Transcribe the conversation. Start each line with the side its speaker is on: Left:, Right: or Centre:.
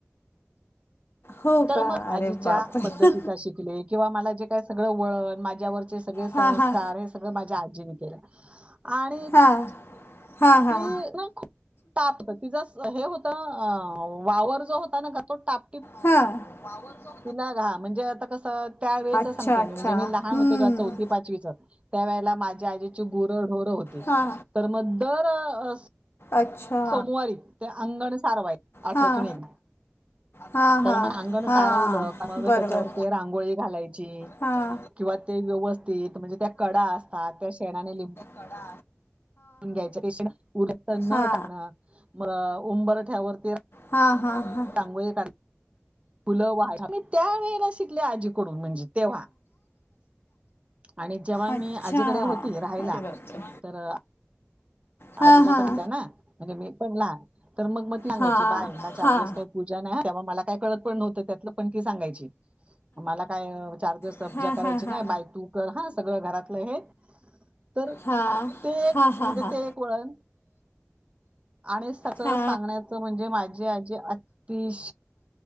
Left: हो
Right: तर
Left: का
Right: मग,
Left: अरे
Right: आज्जीच्या
Left: बापरे
Right: पद्धतीचा शिकले किंवा मला जे काय सगळं वळण, माझ्यावरचे सगळे संस्कार
Left: हां हां
Right: हे सगळं माझ्या आजीनं केलं. आणि
Left: हां हां हां
Right: ती ना खूप तापट होती तिच हे होत वावर जो होता ना ग तो टाप
Left: हा, वावर जो
Right: तिला घा म्हणजे आता कसं त्या वेळेच
Left: अच्छा
Right: सांगते
Left: अच्छा
Right: मी म्हणजे मी लहान
Left: हम्म
Right: होते, जेव्हा चौथी- पाचवीचं त्यावेळेला माझ्या आजीची गुरं, ढोरं होती.
Left: हा.
Right: तर मग दर अस
Left: अच्छा
Right: सोमवारी ते अंगण सारवाय आठवड्यातून
Left: हां
Right: एकदा.
Left: हां
Right: तर
Left: हां
Right: मग अंगण
Left: हां
Right: सारवलं का मं त्याच्यावर
Left: बरोबर
Right: ते रांगोळी घालायची
Left: हां
Right: किंवा ते व्यवस्थित म्हणजे त्या कडा असतात त्या शेणाने लि
Left: कडा
Right: घ्यायचे उ न त्यांना
Left: हां
Right: टाकणं म उंबरठ्यावरती ते रां
Left: हा, हा, हा.
Right: रांगोळी काढ फुलं वाहयची मी त्या वेळेला शिकले आजीकडून म्हणजे तेव्हा आणि जेव्हा
Left: अच्छा
Right: मी आजीकडे होती राहायला
Left: अरे बापरे
Right: तरं अ
Left: हां
Right: आजीला
Left: हां
Right: तरचच आहे ना म्हणजे मी पणला तर मग मग त सांगायची
Left: हां
Right: बाय ना चार
Left: हां
Right: दिवस काय पूजा नाही तेव्हा मला काय कळत पण नव्हतं त्यातलं पण ती सांगायची. मला काय चार दिवस सब्जा
Left: हां
Right: करायची
Left: हां
Right: ना
Left: हां
Right: बाय तू कर हा सगळं घरातलं हे तर
Left: हां हां
Right: ते
Left: हां हां
Right: म्हणजे
Left: हां
Right: ते वळण आणि सच
Left: हा.
Right: सांगण्याचं म्हणजे माझी आजी तीस.